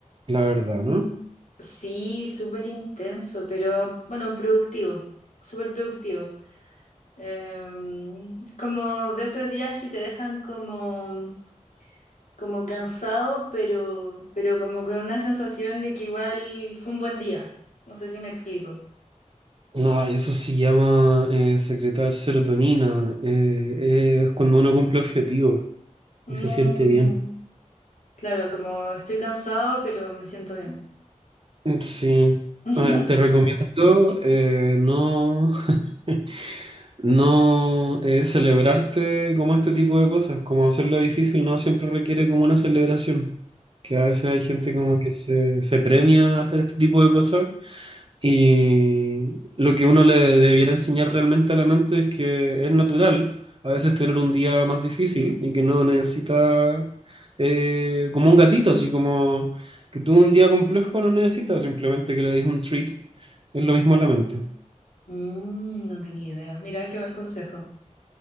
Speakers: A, on the right; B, on the left.
A: la verdad, ¿no?
B: Sí, súper intenso, pero bueno, productivo, súper productivo. Em, como de esos días que te dejan como, como cansado, pero, pero como con una sensación de que igual fue un buen día. No sé si me explico.
A: No, eso se llama eh, secretar serotonina. eh, es cuando uno cumple objetivos
B: Mm,
A: y se siente bien.
B: claro, como estoy cansado, pero me siento bien.
A: Sí.
B: <laughs>
A: Ah, te recomiendo eh, no, <laughs> no eh, celebrarte como este tipo de cosas, como hacerlo difícil no siempre requiere como una celebración, que a veces hay gente como que se, se premia a hacer este tipo de cosas Y lo que uno le debiera enseñar realmente a la mente es que es natural a veces tener un día más difícil y que no necesita, eh, como un gatito, así como que tuvo un día complejo, no necesita simplemente que le des un treat. Es lo mismo a la mente.
B: Mm, no tenía idea. Mira, qué buen consejo.